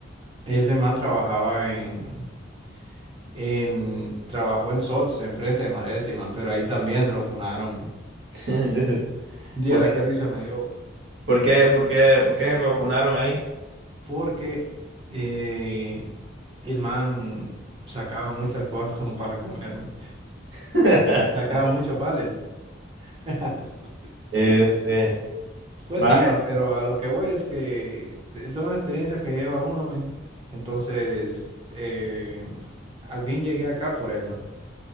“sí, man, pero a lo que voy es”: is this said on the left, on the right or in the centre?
Right